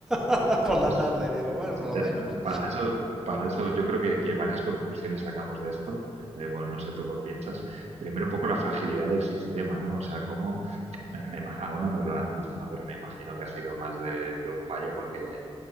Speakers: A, in the centre; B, on the right (about 80°).
A: <laughs> por
B: ¿Ves?
A: la tarde. Y digo, bueno,
B: Este,
A: por lo menos
B: para eso, para eso yo creo que, que varias conclusiones sacamos de esto. Eh, bueno, no sé tú qué piensas. Primero, un poco la fragilidad del sistema, ¿no? O sea, cómo, me- me ima- aún no nos lo han dicho, ¿no? Pero me imagino que ha sido más de, de un fallo porque, eh,